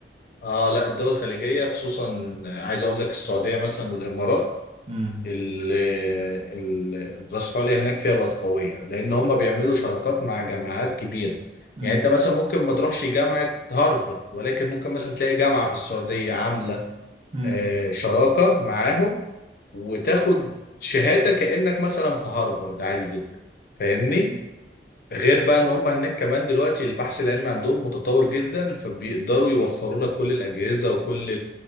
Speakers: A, on the left; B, on the right.
A: آه لا الدول الخليجية خصوصا آه، عايز أقول لك السعودية مثلا والإمارات
B: امم
A: ال- ال- الدراسة العليا هناك فيها بقت قوية لأن هم بيعملوا شراكات مع جامعات كبيرة
B: امم
A: يعني أنت مثلا ممكن ما تروحش جامعة هارفارد ولكن ممكن مثلا تلاقي جامعة في السعودية عاملة
B: امم
A: آه، شراكة معاهم وتاخد شهادة كأنك مثلا في هارفارد عادي جدا فاهمني؟
B: امم
A: غير بقى ان هم هناك كمان دلوقتي البحث العلمي عندهم متطور جدا فبيقدروا يوفروا لك كل الأجهزة وكل